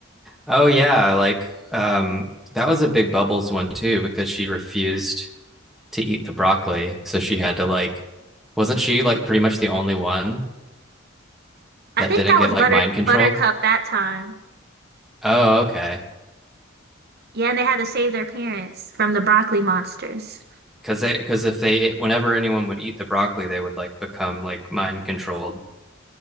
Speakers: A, in the centre; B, on the right (about 55°).
A: Oh yeah, like um that was a big Bubbles one too because she refused to eat the broccoli, so she had to like wasn't she like pretty much the only one
B: I
A: that
B: think
A: didn't
B: that
A: get
B: was
A: like
B: Butter
A: mind controlled?
B: Buttercup that time.
A: Oh, okay.
B: Yeah, and they had to save their parents from the broccoli monsters.
A: because they because if they whenever anyone would eat the broccoli, they would like become like mind controlled.